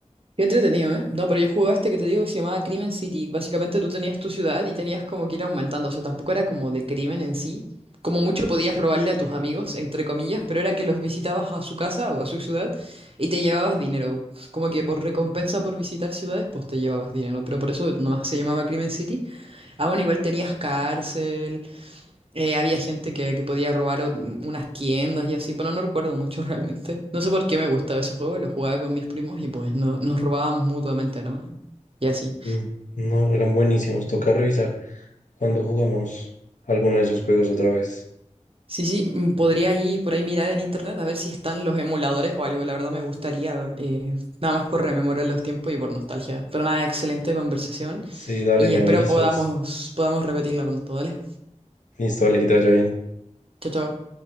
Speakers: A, on the right; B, on the left.
A: Qué entretenido, ¿eh? No, pero yo jugaba este que te digo que se llamaba Crimen City. Básicamente tú tenías tu ciudad y tenías como que ir aumentando. O sea, tampoco era como de crimen en sí. Como mucho podías robarle a tus amigos, entre comillas, pero era que los visitabas a su casa o a su ciudad y te llevabas dinero. Como que por recompensa por visitar ciudades, pues te llevabas dinero. Pero por eso nomás se llamaba Crimen City. Ah, bueno, igual tenías cárcel, eh, había gente que, que podía robar o- unas tiendas y así, bueno, no recuerdo mucho <laughs> realmente. No sé por qué me gustaba ese juego, lo jugaba con mis primos y pues no, nos robábamos mutuamente, ¿no? Y así.
B: Mm, No, eran buenísimos. Toca revisar cuando jugamos alguno de esos juegos otra vez.
A: Sí, sí, mm, podría ir por ahí mirar en internet a ver si están los emuladores o algo, la verdad me gustaría, eh, nada más por rememorar los tiempos y por nostalgia. Pero nada, excelente conversación
B: Sí, dale,
A: y
B: me
A: espero
B: avisas.
A: podamos, podamos repetirla pronto, ¿vale?
B: Listo, dale, que te vaya bien.
A: Chao, chao.